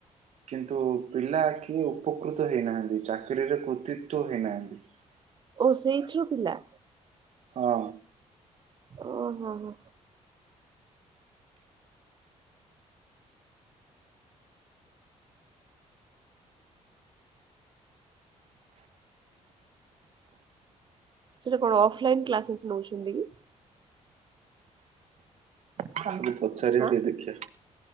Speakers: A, on the right; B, on the right.
A: କିନ୍ତୁ ପିଲା କିଏ ଉପକୃତ ହେଇନାହାନ୍ତି, ଚାକିରିରେ କୃତିତ୍ବ ହେଇନାହାନ୍ତି।
B: ଓ ସେଇଥିରୁ ପିଲା।
A: ହଁ।
B: ଓ ହଁ -ହଁ। ସେଟା କଣ ଅଫଲାଇ କ୍ଲାଶେଷ୍ ନୋଉଛନ୍ତି କି?
A: କାହାକୁ ପଚାରିବା
B: ହଁ
A: ଟିକେ ଦେଖିଆ,